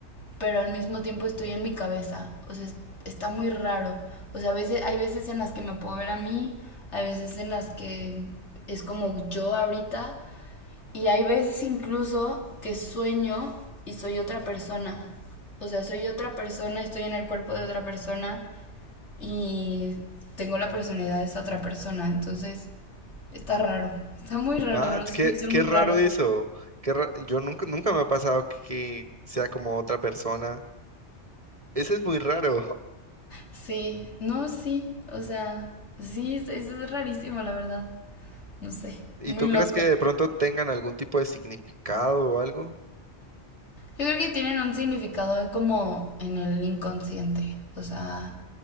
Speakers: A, on the left (about 75°); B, on the right (about 30°).
A: pero al mismo tiempo estoy en mi cabeza. O sea, es- está muy raro. O sea, a veces, hay veces en las que me puedo ver a mí, hay veces en las que es como yo ahorita, y hay veces incluso que sueño y soy otra persona. O sea, soy otra persona, estoy en el cuerpo de otra persona y tengo la personalidad de esa otra persona, entonces está raro, está muy raro,
B: Ah,
A: los
B: es que-
A: sueños son
B: qué
A: muy
B: raro
A: raros.
B: eso. Qué ra- Yo nunca, nunca me ha pasado que sea como otra persona. Eso es muy raro.
A: Sí, no, sí, o sea, sí, es, es rarísimo, la verdad, no sé,
B: ¿Y
A: muy
B: tú
A: loco.
B: crees que de pronto tengan algún tipo de significado o algo?
A: Yo creo que tienen un significado como en el inconsciente, o sea,